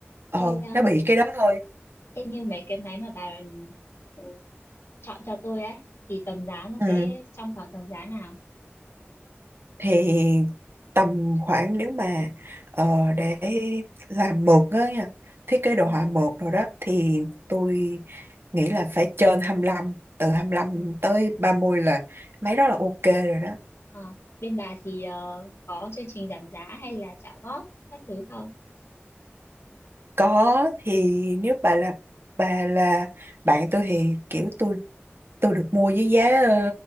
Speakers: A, on the right; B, on the left.
A: ờ
B: Thế, ờ,
A: nó bị cái đó thôi
B: thế như mấy cái máy mà bà ừ, chọn cho tôi ấy thì tầm giá nó
A: ừ
B: sẽ trong khoảng tầm giá nào?
A: thì tầm khoảng nếu mà ờ, để làm mượt á nha thiết kế đồ
B: Ừ,
A: họa mượt rồi đó thì tôi nghĩ là phải trên 25 từ 25
B: ờ,
A: tới 30 là mấy đó là ok rồi đó
B: ờ. Bên bà thì ờ, có chương trình giảm giá hay là trả góp các thứ không?
A: có thì nếu bà là bà là bạn tôi thì kiểu tôi tôi được mua với giá ờ,